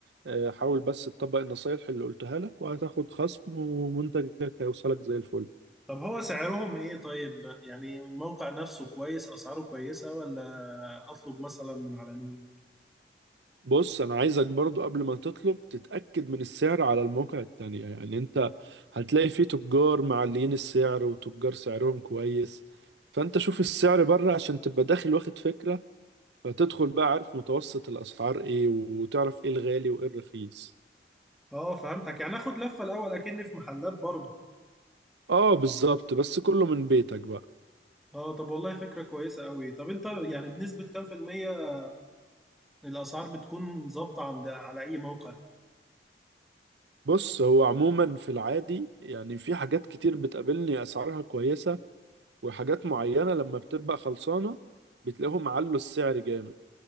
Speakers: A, on the right; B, in the centre.
A: آه، حاول بس تطبق النصايح اللي قلتها لك وهتاخد خصم ومنتجك هيوصلك زي الفل
B: طب هو سعرهم ايه طيب يعني موقع نفسه كويس اسعاره كويسة ولا اطلب مثلا من على نون
A: بص انا عايزك برضو قبل ما تطلب تتأكد من السعر على المواقع التانية يعني انت هتلاقي فيه تجار معلين السعر وتجار سعرهم كويس فانت شوف السعر بره عشان تبقى داخل واخد فكرة فتدخل بقى عارف متوسط الاسعار ايه وتعرف ايه الغالي وايه الرخيص
B: اه فهمتك يعني اخد لفة الاول اكني في محلات برضه
A: اه بالظبط بس كله من بيتك بقى
B: اه طب والله فكرة كويسة قوي طب انت يعني بنسبة كام في المية الاسعار بتكون ظابطة عند على اي موقع
A: بص هو عموما في العادي يعني في حاجات كتير بتقابلني اسعارها كويسة وحاجات معينة لما بتبقى خلصانة بتلاقيهم علوا السعر جامد